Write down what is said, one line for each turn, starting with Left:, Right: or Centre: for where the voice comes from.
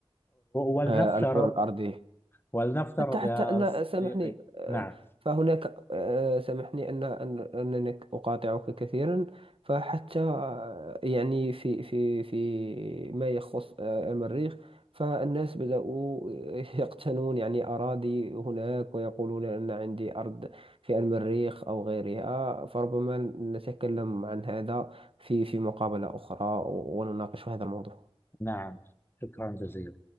Left: ولنفترض
Right: آه، الكرة الأرضية
Left: ولنفترض
Right: حتى حتى
Left: يا
Right: أن
Left: صديقي
Right: سامحني آه،
Left: نعم
Right: فهناك آه، سامحني أن أن- أنني أقاطعك كثيرا فحتى آه، يعني في في في ما يخص آه، المريخ فالناس بدأوا <laughs> يقتنون يعني أراضي هناك ويقولون أن عندي أرض في المريخ أو غيرها فربما نتكلم عن هذا في في مقابلة أخرى ونناقش هذا الموضوع
Left: نعم شكرا جزيلا